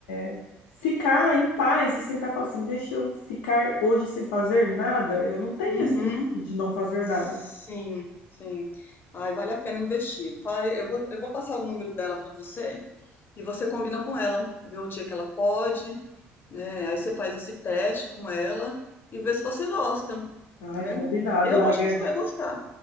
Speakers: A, on the left; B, on the left.
A: é, ficar em paz e sentar e falar assim, deixa eu ficar hoje sem fazer nada. Eu não tenho
B: Uhum.
A: esse luxo de não fazer
B: Sim,
A: nada.
B: sim. Ai, vale a pena investir. Vai, eu vou, eu vou passar o número dela para você e você combina com ela, vê o dia que ela pode, né? Aí você faz esse teste com ela e vê se você gosta,
A: Ai,
B: né?
A: combinado,
B: Eu
A: larga.
B: acho que você vai gostar.